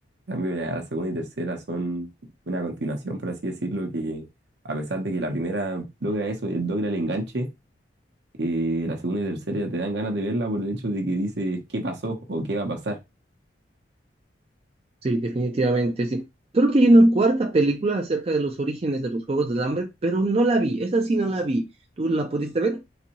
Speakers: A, on the right (about 65°); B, on the right (about 35°).
A: En cambio, ya la segunda y tercera son una continuación, por así decirlo, que a pesar de que la primera logra eso, eh, logra el enganche, eh, la segunda y tercera ya te dan ganas de verla por el hecho de que dices qué pasó o qué va a pasar.
B: Sí, definitivamente, sí. Creo que hay una cuarta película acerca de los orígenes de los juegos del hambre, pero no la vi. Esa sí no la vi. ¿Tú la pudiste ver?